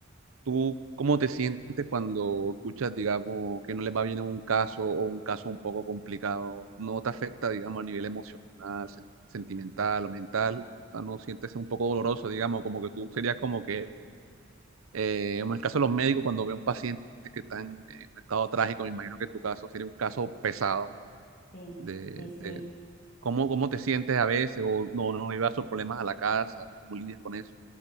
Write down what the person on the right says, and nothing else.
¿Tú cómo te sientes cuando escuchas, digamos, que no les va bien en un caso o un caso un poco complicado? ¿No te afecta, digamos, a nivel emocional, sen- sentimental o mental? O sea, ¿no sientes un poco doloroso,
digamos, como que tú serías como que, eh, en el caso de los médicos, cuando ve un paciente que está en, en un estado trágico, me imagino que en tu caso sería un caso pesado
de,
de
cómo, cómo te sientes a veces o no, no llevas esos problemas a la casa, cómo lidias con eso?